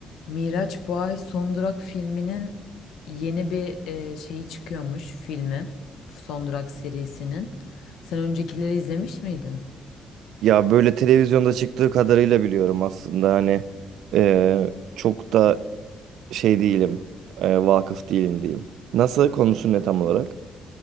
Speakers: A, on the left; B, on the right.
A: Miraç bu ay Son Durak filminin yeni bir e, şeyi çıkıyormuş filmi. Son Durak serisinin. Sen öncekileri izlemiş miydin?
B: Ya böyle televizyonda çıktığı kadarıyla biliyorum aslında hani e, çok da şey değilim, e, vakıf değilim diyeyim. Nasıl konusu ne tam olarak?